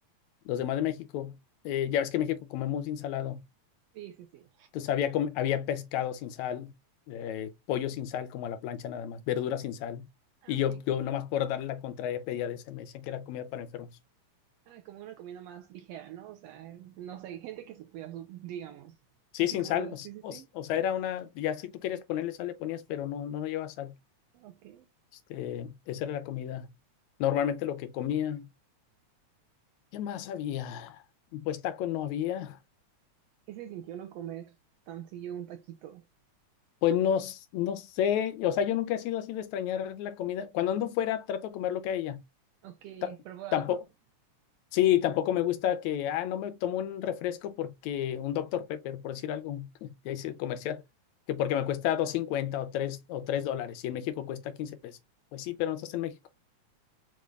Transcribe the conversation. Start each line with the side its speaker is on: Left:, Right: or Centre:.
Left: los demás de México, eh, ya ves que en México comemos ensalado.
Right: Sí, sí, sí.
Left: Entonces había, había pescado sin sal, eh, pollo sin sal, como a la plancha nada más, verduras sin sal.
Right: Ah,
Left: Y
Right: ok,
Left: yo,
Right: como,
Left: yo nomás por darle la contraria pedía de ese, me decían que era comida para enfermos.
Right: ah, como una comida más ligera, ¿no? O sea, no sé, gente que se cuida, su- digamos.
Left: Sí,
Right: Así
Left: sin
Right: como
Left: sal,
Right: lo de,
Left: o,
Right: sí, sí, sí.
Left: o o sea, era una, ya si tú querías ponerle sal le ponías, pero no, no, no llevaba sal.
Right: Ok.
Left: Este, esa era la comida. Normalmente lo que comía. ¿Qué más había? Pues taco no había.
Right: ¿Y se sintió no comer tan seguido un taquito?
Left: Pues no, no sé, o sea, yo nunca he sido así de extrañar la comida. Cuando ando fuera, trato de comer lo que haya.
Right: Ok,
Left: Ta-
Right: probar,
Left: Tampoco,
Right: ¿no?
Left: Sí, tampoco me gusta que, ah, no me tomo un refresco porque un doctor Pepper, por decir algo, <laughs> ya hice comercial, que porque me cuesta dos cincuenta o tres o 3 dólares y en México cuesta 15 pesos. Pues sí, pero no estás en México.